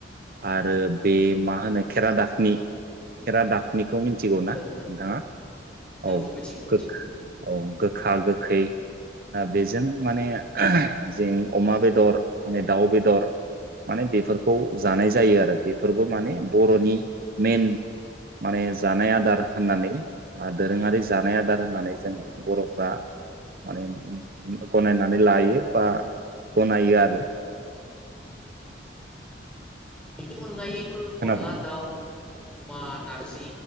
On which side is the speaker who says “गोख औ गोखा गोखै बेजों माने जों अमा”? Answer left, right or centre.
Right